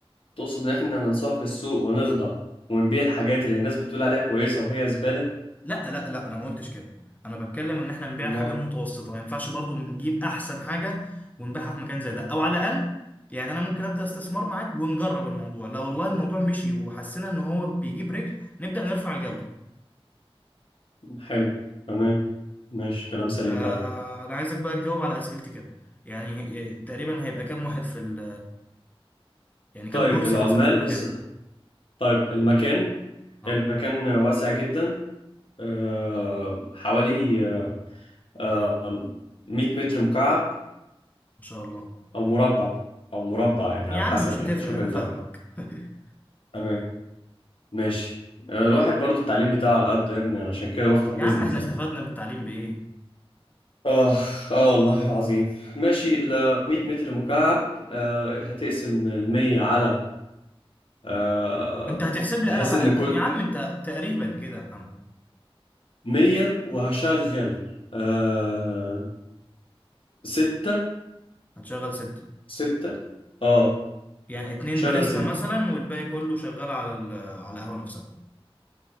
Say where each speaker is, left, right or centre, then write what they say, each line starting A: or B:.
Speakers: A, on the left; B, on the left.
A: تقصد ان احنا ننساق للسوق ونخضع ونبيع الحاجات اللي الناس بتقول عليها كويسة وهي زبالة
B: لا لا لا انا ما قلتش كده انا بتكلم ان احنا نبيع
A: ما
B: الحاجه المتوسطه ما ينفعش برضو نجيب احسن حاجه ونبيعها في مكان زي ده او على الاقل يعني انا ممكن ابدا استثمار معاك ونجرب الموضوع لو والله الموضوع مشي وحسينا ان هو بيجيب رجل نبدا نرفع الجوده
A: حلو تمام ماشي كلام سليم
B: فانا
A: فعلا
B: عايزك بقى تجاوب على اسئلتي كده يعني إيه، تقريبا هيبقى كام واحد في ال... يعني كام
A: طيب
B: كرسي
A: العمال
B: مثلا في المكان
A: بس طيب المكان
B: اه
A: المكان واسع جدا أه... حوالي أه... 100 متر مكعب
B: ما شاء الله
A: او مربع او مربع يعني
B: يا
A: على
B: عم
A: حسب
B: مش
A: يعني
B: هتفرق
A: شوف
B: انا
A: انت
B: فاهمك <laughs>
A: تمام ماشي آه، الواحد برضو التعليم بتاعه على قد يا ابني عشان كده بفتح بيزنس
B: يا عم احنا
A: يعني
B: استفدنا بالتعليم بايه
A: آه آه والله عظيم ماشي ال 100 متر مكعب آه هتقسم ال 100 على آه
B: انت هتحسب لي
A: بحيث
B: قلق انت
A: إن كل
B: يا عم انت تقريبا كده يا محمد
A: 100 وهشغل آه ستة
B: هتشغل ستة
A: ستة آه
B: يعني اتنين
A: شغل
B: باريستا
A: ستة
B: مثلا والباقي كله شغال على ال- آه، على القهوة نفسها